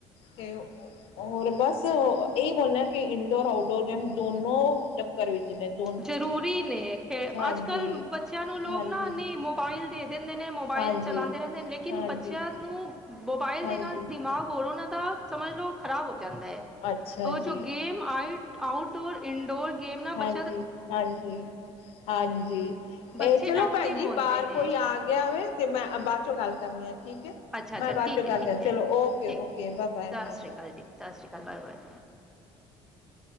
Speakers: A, on the left (about 60°); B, in the centre.
A: ਤੇ'ਹੋਰ ਬਸ ਇਹੀ ਬੋਲਣਾ ਕਿ ਇਨਡੋਰ ਆਊਟਡੋਰ ਗੇਮ ਦੋਨੋ <unintelligible>
B: ਜ਼ਰੂਰੀ ਨੇ ਖੇ
A: ਹਾਂਜੀ
B: ਅੱਜ ਕੱਲ ਬੱਚਿਆਂ ਨੂੰ ਲੋਕ
A: ਹਾਂਜੀ
B: ਨਾ ਨਹੀਂ ਮੋਬਾਈਲ ਦੇ ਦਿੰਦੇ ਨੇ ਮੋਬਾਈਲ
A: ਹਾਂਜੀ
B: ਚਲਾਂਦੇ ਰਹਿੰਦੇ ਨੇ ਲੇਕਿਨ
A: ਹਾਂਜੀ
B: ਬੱਚਿਆਂ ਨੂੰ ਮੋਬਾਇਲ
A: ਹਾਂਜੀ
B: ਦੇ ਨਾਲ ਦਿਮਾਗ ਔਰ ਉਹਨਾਂ ਦਾ ਸਮਝ ਲਓ' ਖ਼ਰਾਬ ਹੋ ਜਾਂਦਾ ਐ।
A: ਅੱਛਾ
B: ਉਹ
A: ਜੀ,
B: ਜੋ ਗੇਮ ਆਈ ਆਊਟ ਡੋਰ ਇੰਡੋਰ ਗੇਮ ਨਾ ਬੱਚਾ
A: ਹਾਂਜੀ-ਹਾਂਜੀ-ਹਾਂਜੀ ਏ
B: ਬੱਚੇ
A: ਚਲੋ
B: ਐਕਟਿਵ
A: ਭੈਣ ਜੀ
B: ਹੁੰਦੇ
A: ਬਾਹਰ
B: ਨੇ
A: ਕੋਈ ਆ ਗਿਆ ਵੇ ਤੇ ਮੈਂ ਬਾਅਦ ਚੋਂ ਗੱਲ ਕਰਨੀ ਆ ਠੀਕ ਐ
B: ਅੱਛਾ ਅੱਛਾ
A: ਮੈਂ ਬਾਅਦ
B: ਠੀਕ
A: ਚੋਂ ਗੱਲ
B: ਹੈ
A: ਕਰ
B: ਠੀਕ
A: ਗਿਆ
B: ਹੈ
A: ਚਲੋ ਓਕੇ-ਓਕੇ
B: ਠੀਕ
A: ਬਾਏ-ਬਾਏ,
B: ਠੀਕ ਸਤਿ
A: ਬਾਏ-ਬਾਏ
B: ਸ਼੍ਰੀ ਅਕਾਲ ਜੀ ਸਤਿ ਸ਼੍ਰੀ ਅਕਾਲ ਬਾਏ ਬਾਏ